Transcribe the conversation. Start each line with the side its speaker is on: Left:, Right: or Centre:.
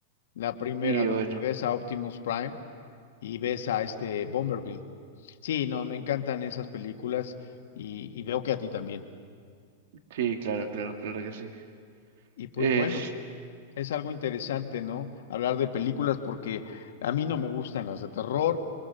Left: la primera
Right: Y
Left: donde
Right: bueno,
Left: ves a Optimus Prime y ves a este Bomberville. Sí, no, me encantan esas películas y, y veo que a ti también.
Right: sí, claro, claro, claro que sí.
Left: Y pues
Right: Es,
Left: bueno. Es algo interesante, ¿no? Hablar de películas porque a mí no me gustan las de terror.